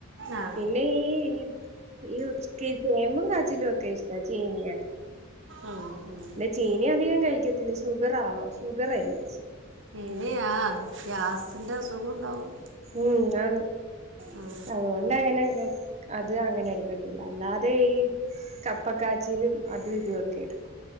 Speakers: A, on the right; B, on the right.
A: ആ
B: പിന്നെ ഈ ഈപ് ഈ <unintelligible> ചേമ്പും കാച്ചിലും ഒക്കെ ഇഷ്ട്ടാ ചീനീയൊക്കെ
A: ഉം ഉം
B: ചീനി അധികം കഴിക്കത്തില്ലാ ഷുഗറാ ഷുഗർ അല്ലേ
A: ചീനി ആഹ് ഗ്യാസിന്റെ അസുഖോണ്ടാവും
B: ഉം ആണ്
A: ഉം
B: അതുകൊണ്ട് അങ്ങനെ അത് അങ്ങനെ എടുക്കത്തില്ല അല്ലാതെ ഈ കപ്പക്കാച്ചിയിലും അതും ഇതുവൊക്കെ എടുക്കും